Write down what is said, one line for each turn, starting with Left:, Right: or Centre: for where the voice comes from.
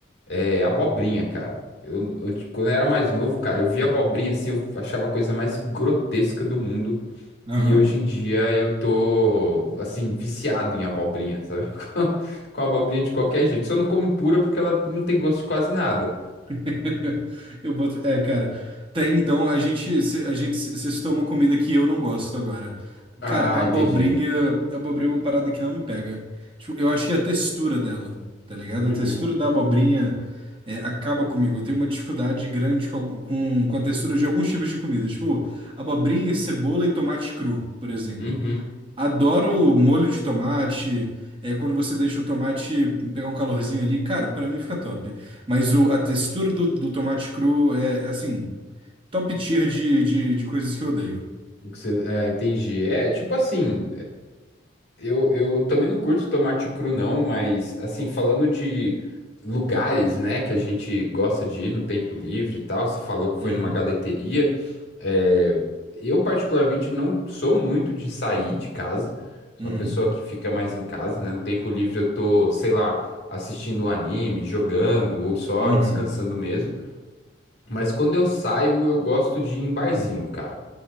Left: é abobrinha, cara. Eu, eu- quando eu era mais novo, cara, eu via abobrinha assim, eu achava a coisa mais grotesca do mundo.
Right: Aham.
Left: E hoje em dia eu tô, assim, viciado em abobrinha, sabe? <laughs> Com com abobrinha de qualquer jeito. Só não como pura porque ela não tem gosto de quase nada.
Right: <laughs> Eu boto. É, cara. Tem então, a gente, cê- a gente, cê- cê citou uma comida que eu não gosto agora.
Left: Ah,
Right: Cara, abobrinha,
Left: entendi.
Right: abobrinha é uma parada que não me pega. Tipo, eu achei a textura dela, tá ligado?
Left: Uhum.
Right: A textura da abobrinha é, acaba comigo. Eu tenho uma dificuldade grande com, algum- com, com a textura de alguns tipos de comida. Tipo, abobrinha, cebola e tomate cru, por exemplo.
Left: Uhum.
Right: Adoro molho de tomate. É quando você deixa o tomate pegar um calorzinho ali. Cara, pra mim fica top. Mas o, a textura do, do tomate cru é, assim, top tier de, de, de coisas que eu odeio.
Left: O que você- é, entendi. É, tipo assim, Eu, eu também não curto tomate cru, não, mas assim, falando de lugares, né, que a gente gosta de ir no tempo livre e tal, você falou que foi
Right: Uhum,
Left: numa galeteria. É, eu, particularmente, não sou muito de sair de casa, sou
Right: uhum,
Left: uma pessoa que fica mais em casa, né? No tempo livre eu tô, sei lá, assistindo um anime, jogando ou só
Right: uhum.
Left: descansando mesmo. Mas quando eu saio, eu gosto de ir em barzinho, cara.